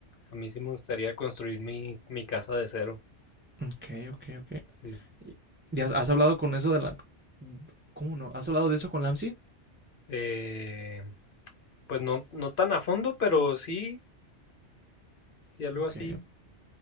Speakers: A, on the left; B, on the right.
A: a mí sí me gustaría construir mi, mi casa de cero.
B: Ok, ok, ok.
A: Sí.
B: ¿Y y has, has hablado con eso de la... ¿Cómo no? ¿Has hablado de eso con Lamsi?
A: Eh, pues no, no tan a fondo, pero sí, sí algo
B: Ok,
A: así.